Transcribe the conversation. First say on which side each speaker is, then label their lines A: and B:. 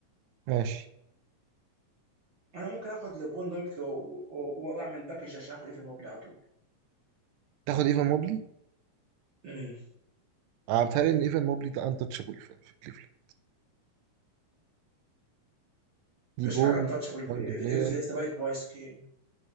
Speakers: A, on the right; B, on the right.
A: ماشي
B: انا ممكن اخد لبون دايركت و- و- واعمل باكج عشان اخد ايفن موبل على طول
A: تاخد ايفان موبلي
B: امم
A: انا بتهيألي ان ايفان موبلي ده انتشابل في في كليفلاند دي
B: مفيش
A: بوي
B: حاجه انتشبل
A: يونج بلاير
B: في ذا رايت برايس جيم